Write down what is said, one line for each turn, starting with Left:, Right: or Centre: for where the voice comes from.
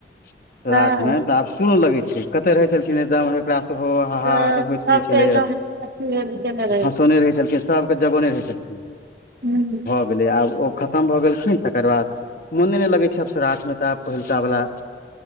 Left: सराठ
Right: हँ
Left: मे। तऽ आब सुन लगै छै, कते रहै छलखिन हैरदम ओकरा सेहो हाहा
Right: तऽ
Left: एकदम होइत
Right: सभके
Left: रहे छलैये।
Right: एकदम अथी केने रहै
Left: हँसोने रहै छलखिन सबके जगौने रहै छलखिन।
Right: हू-हु।
Left: भैलै आब ओ खतम भऽ गेलखीन तकर बाद मोने नै लगै छै आब श्राध मे तऽ आब पहिलता वाला